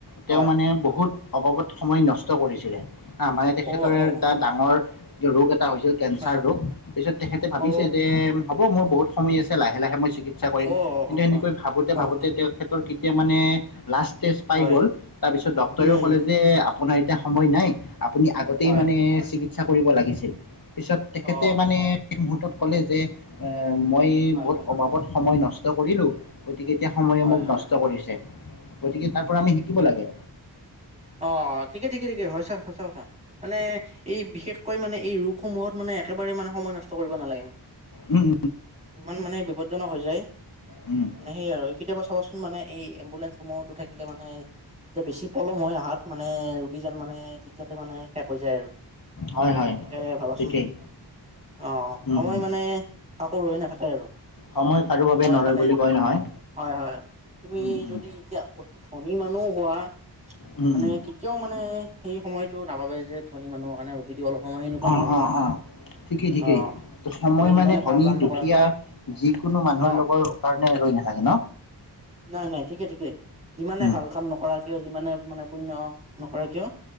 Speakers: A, on the left; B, on the right.
A: তেওঁ
B: হয়
A: মানে বহুত অবাবত সময় নষ্ট কৰিছিলে। আমাৰ তেখেতৰে
B: অ অ
A: এটা
B: অ
A: ডাঙৰ ৰোগ এটা হৈছিল কেঞ্চাৰ
B: হয়
A: ৰোগ। পিছত তেখেতে ভাবিছে
B: অ
A: যে, হ'ব মোৰ বহুত সময় আছে। লাহে লাহে মই চিকি চিকিৎসা কৰিম।
B: অ
A: কিন্তু
B: অ
A: সেনেকৈ
B: হয়
A: ভাবোতে
B: হয়
A: ভাবোতে
B: হয়
A: তেখেতৰ কেতিয়া মানে লাষ্ট ষ্টেজ পাই
B: হয়
A: গ'ল। তাৰপিছত ডাক্টৰেও
B: উম
A: ক'লে যে, আপোনাৰ এতিয়া সময় নাই আপুনি আগতেই
B: হয়
A: মানে চিকিৎসা কৰিব লাগিছিল। পিছত তেখেতে
B: অ
A: মানে শেষ মুহূুৰ্তত ক'লে যে, এ মই
B: হয়
A: বহুত
B: হয়
A: অবাৱত সময় নষ্ট কৰিলোঁ। গতিকে এতিয়া সময়ে
B: হয়
A: মোক
B: হয়
A: নষ্ট
B: হয়
A: কৰিছে। গতিকে তাৰ পৰা আমি শিকিব লাগে।
B: অ ঠিকে-ঠিকে-ঠিকে হয় চা সঁচা কথা। মানে এই বিশেষকৈ মানে এই ৰোগসমূহত মানে একেবাৰে মানে সময় নষ্ট কৰিব নালাগে।
A: উম উম
B: ইমান মানে বিপদজনক হৈ যায়
A: উম।
B: মানে সেই আৰু। কেতিয়াবা চাবাচোন মানে এই এম্বুলেন্ঞ্চ সমূহতো থাকিলে মানে বেছি পলম হয় হাত মানে, ৰোগীজন মানে, থিতাতে মানে শেষ হৈ যায় আৰু।
A: হয় হয়।
B: এনেকে ভাবাচোন
A: ঠিকেই।
B: অ
A: উম
B: সময়
A: উম
B: মানে কাকো আকৌ ৰৈ নাথাকে আৰু।
A: সময় কাৰো বাবে
B: মই
A: নৰয়
B: মানে,
A: বুলি কয় নহয়
B: হয়-হয়-হয়। তুমি
A: উম উম
B: যদি এতিয়া, অতি ধনী মানুহ হোৱা
A: উম
B: মানে
A: উম
B: কেতিয়াও মানে, সেই সময়তটো নাভাবে যে ধনী মানুহৰ কাৰণে ৰখি দিবলে সময় সেনেকুৱা
A: অ
B: নহয় কিন্তু।
A: অ অ ঠিকেই ঠিকেই।
B: অ
A: সময়
B: তুমি যিমানে
A: মানে ধনী,
B: ভাল কাম নকৰা
A: দুখীয়া
B: কিয়
A: যিকোনো মানুহৰ
B: অ
A: লগৰ কাৰণে ৰৈ নাথাকে ন।
B: নাই নাই। ঠিকেই ঠিকেই। যিমানে
A: উম
B: ভাল কাম নকৰা কিয়, যিমানে মানে পুণ্য নকৰে কিয়,